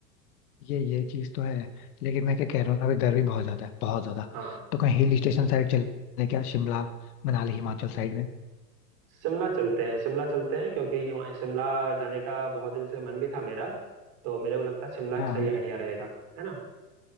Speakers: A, on the left; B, on the right.
A: ये ये चीज तो है लेकिन मैं क्या कह रहा हूँ ना अभी गर्मी बहुत ज्यादा है बहुत ज्यादा
B: हाँ
A: तो कहीं हिल स्टेशन साइड चले क्या शिमला मनाली हिमाचल साइड में
B: शिमला चलते हैं शिमला चलते हैं क्योंकि हिमा- शिमला जाने का बहुत दिन से मन भी था मेरा तो मेरे को लगता है शिमला
A: हाँ
B: एक सही
A: हम
B: आइडिया रहेगा है ना